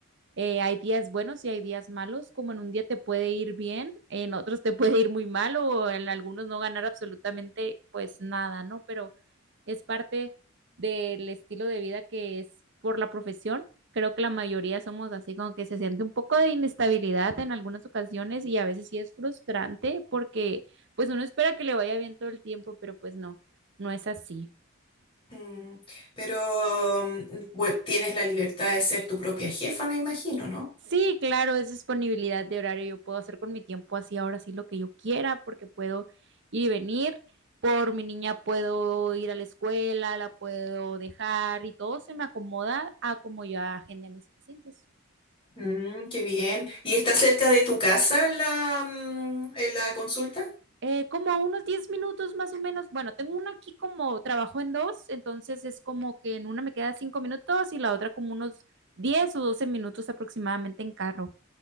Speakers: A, on the right; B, on the left.
A: Eh, hay días buenos y hay días malos, como en un día te puede ir bien, en otros te <laughs> puede ir muy mal o en algunos no ganar absolutamente pues nada, ¿no? Pero es parte del estilo de vida que es por la profesión. Creo que la mayoría somos así, como que se siente un poco de inestabilidad en algunas ocasiones y a veces sí es frustrante porque pues uno espera que le vaya bien todo el tiempo, pero pues no, no es así.
B: Mm, Pero mm, bueno, tienes la libertad de ser tu propia jefa, me imagino, ¿no?
A: Sí, claro, es disponibilidad de horario. Yo puedo hacer con mi tiempo así ahora sí lo que yo quiera porque puedo ir y venir. Por mi niña puedo ir a la escuela, la puedo dejar y todo se me acomoda a como yo agende a mis pacientes.
B: Mm, qué bien. ¿Y está cerca de tu casa la, mm, eh, la consulta?
A: Eh, como a unos 10 minutos más o menos. Bueno, tengo una aquí como trabajo en dos, entonces es como que en una me queda 5 minutos y la otra como unos 10 o 12 minutos aproximadamente en carro.